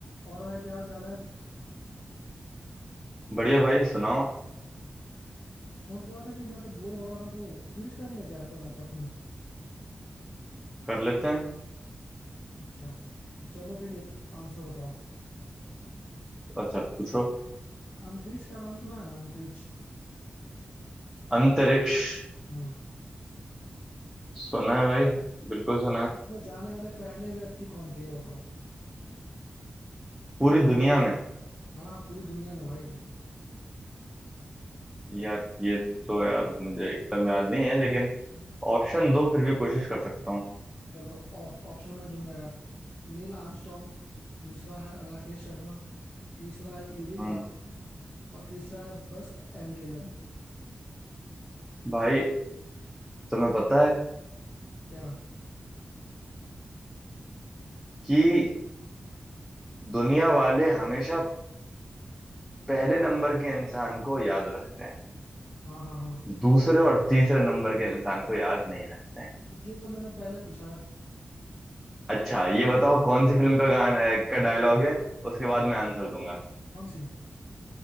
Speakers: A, on the left; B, in the centre.
A: और भाई क्या हाल चाल है
B: बढ़िया भाई सुनाओ
A: सोच रहा था कि मैं तो बोर हो रहा था तो क्विज कर लें क्या अपन आपस में
B: कर लेते हैं
A: अच्छा तो चलो फिर एक आंसर बताओ
B: अच्छा पूछो
A: अंतरिक्ष का नाम सुना है ना अंतरिक्ष
B: अंतरिक्ष
A: हाँ
B: सुना है भाई बिल्कुल सुना है
A: इसमें जाने वाले पहले व्यक्ति कौन थे ये बताओ
B: पूरी दुनिया में
A: हाँ हाँ पूरी दुनिया में भाई
B: यार ये तो यार मुझे एकदम याद नहीं है लेकिन ऑप्शन दो फिर भी कोशिश कर सकता हूँ
A: चलो ऑप- ऑप्शन मैं दूंगा यार नील आर्मस्ट्रॉन्ग दूसरा है राकेश शर्मा तीसरा है यूरी
B: हम्म
A: गार्ग और तीसरा है बस एंड्रेलन
B: भाई तुम्हें पता है
A: क्या
B: कि दुनिया वाले हमेशा पहले नंबर के इंसान को याद रखते हैं
A: हाँ हाँ हाँ
B: दूसरे और तीसरे नंबर के इंसान को याद नहीं रखते हैं
A: इसलिए तो मैंने पहले पूछा है
B: अच्छा ये बताओ कौन सी फिल्म का गाना का डायलॉग है उसके बाद मैं आंसर दूंगा
A: कौन सी